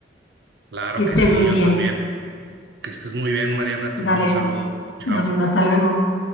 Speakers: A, on the right (about 65°); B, on the left (about 85°).
A: Claro
B: Que estés
A: que sí,
B: muy
A: yo
B: bien.
A: también. Que estés muy bien, Mariana. Te
B: Dale,
A: mando un saludo. Chao.
B: lo mismo, hasta luego.